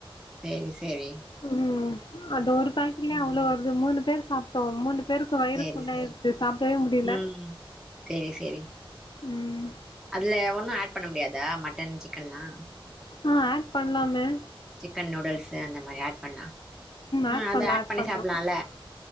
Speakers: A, in the centre; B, on the left.
A: சேரி சரி
B: ம் அது ஒரு பேக்ரில அவ்ளோ வருது மூணு பேர் சாப்டோ மூணுப் பேருக்கு வயிறு
A: சேரி
B: ஃபுல்லாயிருச்சு
A: சேரி
B: சாப்டவே முடில
A: ம் சேரி சேரி
B: உம்
A: அதுல ஒன்னு ஏட் பண்ண முடியாதா மட்டன் சிக்கன்லா
B: ஆ ஏட் பண்லாமே
A: சிக்கன் நூடுல்ஸ்சு அந்த மாரி ஏட் பண்லா ம்
B: ஆட்
A: அத
B: பண்லா
A: ஏட்
B: ஆட்
A: பண்ணி
B: பண்லா
A: சாப்புல்லால